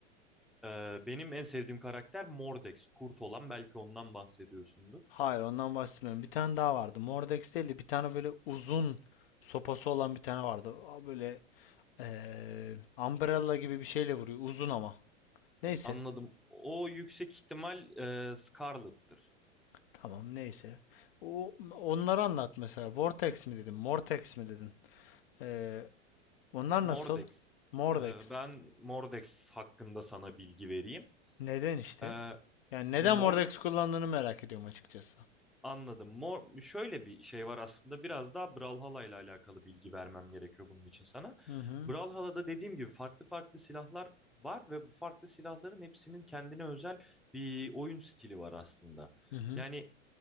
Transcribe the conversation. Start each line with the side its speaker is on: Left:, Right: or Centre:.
Centre: Ee, benim en sevdiğim karakter Mordex, kurt olan belki ondan bahsediyorsundur.
Left: Hayır ondan bahsetmiyorum. Bir tane daha vardı. Mordex değildi. Bir tane böyle uzun sopası olan bir tane vardı. Aa, Böyle eee umbrella gibi bir şeyle vuruyor. Uzun ama. Neyse.
Centre: Anladım. O yüksek ihtimal e, Scarlet'tır.
Left: Tamam neyse. O, onları anlat mesela. Vortex mi dedin? Mortex mi dedin? Eee, onlar
Centre: Mordex.
Left: nasıl? Mordex.
Centre: Ee, ben Mordex hakkında sana bilgi vereyim.
Left: Neden işte?
Centre: Ee,
Left: Yani neden
Centre: Mor-
Left: Mordex kullandığını merak ediyorum açıkçası.
Centre: Anladım. Mor, şöyle bir şey var aslında biraz daha Brawlhalla ile alakalı bilgi vermem gerekiyor bunun için sana.
Left: Hı hı.
Centre: Brawlhalla'da dediğim gibi farklı farklı silahlar var ve bu farklı silahların hepsinin kendine özel bir oyun stili var aslında.
Left: Hı hı.
Centre: Yani